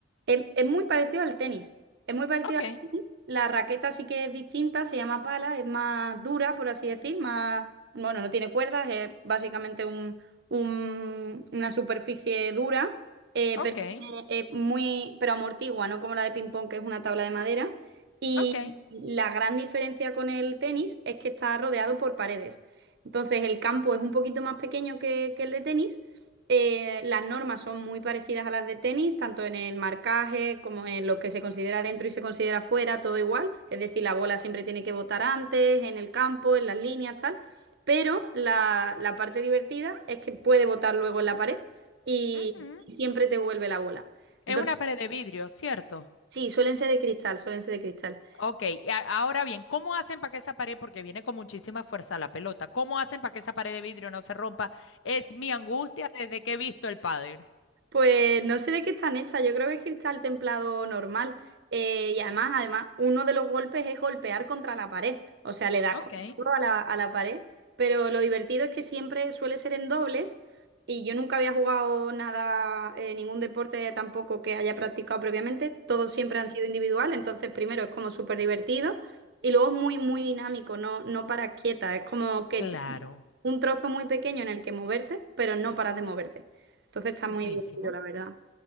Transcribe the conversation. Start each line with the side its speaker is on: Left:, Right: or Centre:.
Right: Es, es muy parecido al tenis. Es muy parecido
Left: Ok,
Right: al tenis. La raqueta sí que es distinta, se llama pala, es más dura, por así decir, más, bueno, no tiene cuerdas, es básicamente un, un- una superficie dura, eh,
Left: ok,
Right: pero tiene- es muy, pero amortigua, no como la de ping pong, que es una tabla de madera. Y
Left: ok.
Right: la gran diferencia con el tenis es que está rodeado por paredes. Entonces el campo es un poquito más pequeño que, que el de tenis eh, las normas son muy parecidas a las de tenis, tanto en el marcaje como en lo que se considera dentro y se considera fuera, todo igual. Es decir, la bola siempre tiene que botar antes, en el campo, en las líneas, tal. Pero la, la parte divertida es que puede botar luego en la pared y
Left: Ujú.
Right: siempre te vuelve la bola. Entonces,
Left: Es una pared de vidrio, ¿cierto?
Right: sí, suelen ser de cristal, suelen ser de cristal.
Left: Ok, y a- ahora bien, ¿cómo hacen para que esa pared, porque viene con muchísima fuerza la pelota, ¿cómo hacen para que esa pared de vidrio no se rompa? Es mi angustia desde que he visto el pádel.
Right: Pues no sé de qué están hechas, yo creo que es cristal templado normal. Eh, y además, además, uno de los golpes es golpear contra la pared, o sea, le das
Left: Ok,
Right: con todo a la, a la pared, pero lo divertido es que siempre suele ser en dobles y yo nunca había jugado nada, eh, ningún deporte tampoco que haya practicado previamente, todos siempre han sido individual, entonces primero es como súper divertido y luego es muy, muy dinámico, no, no paras quieta, es como que
Left: claro,
Right: tienes un trozo muy pequeño en el que moverte, pero no paras de moverte. Entonces está
Left: buenísimo.
Right: muy divertido, la verdad.